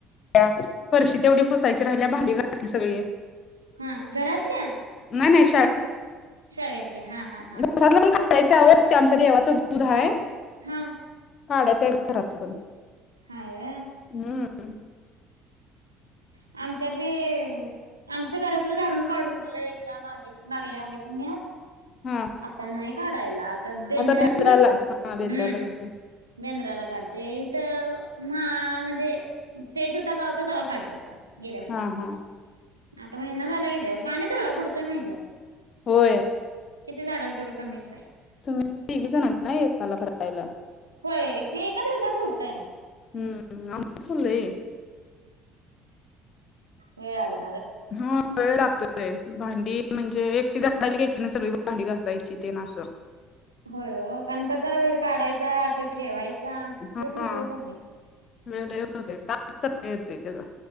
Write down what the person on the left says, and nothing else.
हरशी तेवढी पुसायची. राहिला भडीवर असली सगळी.
नाही नाही श
घरातलं पण काढायचं आवड ते आमच्या येवचं दूध आहे
काडाच आहे घरातलं पण
हम्म हम्
हा
आता बेंद्राला
हा बेंद्रालाच
की.
हा हा
होय
तुम्ही तघेच ना नाही एकाला करायला
हम्म आचलेले
हा वेळ लागतो ते भांडी म्हणजे एकटी झा आली की एकटी ना सगळी डी घासायची ते ना असं
हा
वळ होते येतयेतला